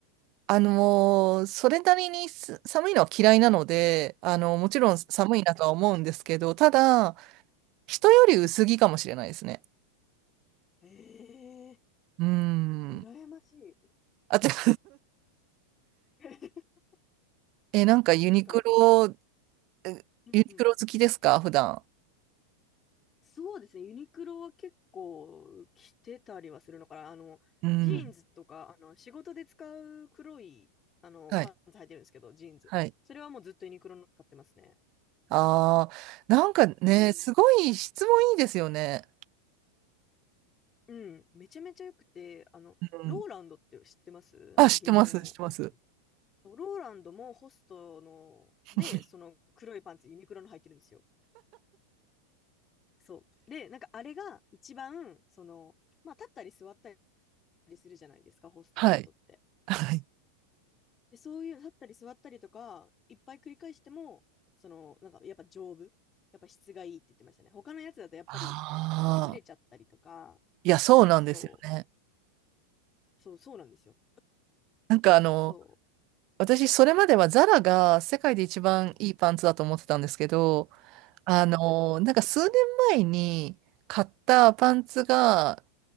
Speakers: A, on the right; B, on the left.
A: あのーそれなりにす寒いのは嫌いなので、あのもちろん寒いなとは思うんですけど、ただ、人より薄着かもしれないですね。
B: ええ
A: うーん。
B: ー羨ましい。
A: あと <laughs>
B: <laughs>
A: え、なんかユニクロ、
B: なんか、
A: えユニクロ好きですか普段。
B: うんうん。そうですね。ユニクロは結構着てたりはするのかな。あの、
A: うん。
B: ジーンズとか、あの、仕事で使う黒い、あの、
A: はい。
B: パンツ履いてるんですけど、ジーンズ。
A: はい。
B: それはもうずっとユニクロの使ってますね。
A: ああ、なんかね、
B: うん、
A: すごい質問いいですよね。
B: うんめちゃめちゃ良くて、あの、
A: うん。
B: ローランドって知ってますあの芸能の。
A: あ、知ってます、知ってます。
B: ローランドもホストの、
A: <laughs>
B: で、その黒いパンツ、ユニクロの入ってるんですよ。そう。で、なんかあれが一番、その、まあ立ったり座ったりするじゃないですか、ホストの人って。
A: はい。はい。
B: で、そういう立ったり座ったりとか、いっぱい繰り返しても、その、なんかやっぱ丈夫。やっぱ質がいいって言ってましたね。他のやつだとやっぱり、
A: ああ、
B: なんか擦れちゃったりとか、
A: いや、そうなんですよね。
B: そう、そう、そうなんですよ。
A: なんかあの、
B: そ
A: 私、それまではザラが世界で一番いいパンツだと思ってたんですけど、
B: う。う
A: あの、なんか数年前に買ったパンツが、